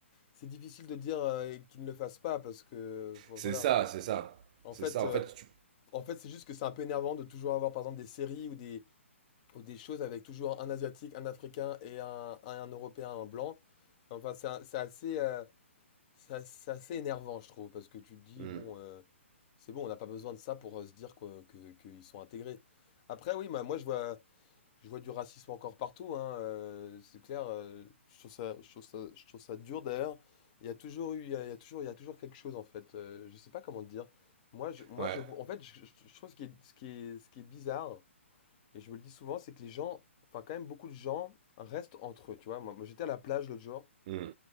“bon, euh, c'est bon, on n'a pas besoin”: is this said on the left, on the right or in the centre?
Left